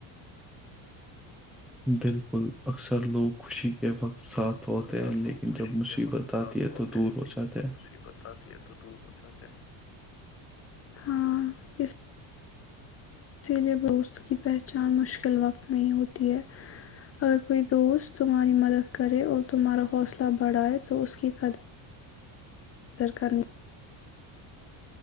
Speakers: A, in the centre; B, on the left (about 30°).
A: بالکل اکثر لوگ خوشی کے وقت ساتھ تو ہوتے
B: اکثر
A: ہیں لیکن
B: لوگ خوشی
A: جب مصیبت
B: کے وقت ساتھ
A: آتی ہے
B: ہوتے
A: تو دور
B: ہیں
A: ہو
B: لیکن
A: جاتے
B: جب
A: ہیں
B: مصیبت آتی ہے تو دور ہو جاتے ہاں اس <unintelligible> اسی لئے دوست کی پہچان مشکل وقت نہیں ہوتی ہے اگر کوئی دوست تمہاری مدد کرے اور تمہارا حوصلہ بڑھائے تو اس کی قدر قدر کرنی